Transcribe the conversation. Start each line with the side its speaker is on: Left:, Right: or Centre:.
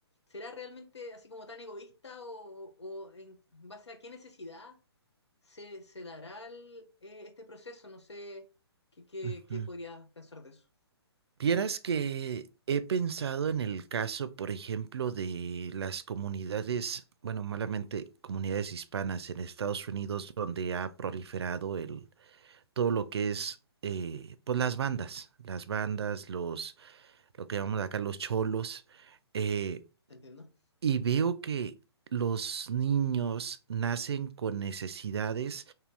Left: ¿Será realmente así como tan egoísta o, o en base a qué necesidad se, se dará el, eh, este proceso? No sé qué, qué-
Right: Ujú.
Left: qué podrías pensar de eso.
Right: Vieras que he pensado en el caso, por ejemplo, de las comunidades, bueno, malamente comunidades hispanas en Estados Unidos, donde ha proliferado el, todo lo que es, eh, pues las bandas, las bandas, los, lo que llamamos acá los cholos, eh,
Left: ¿Te entiendo?
Right: y veo que los niños nacen con necesidades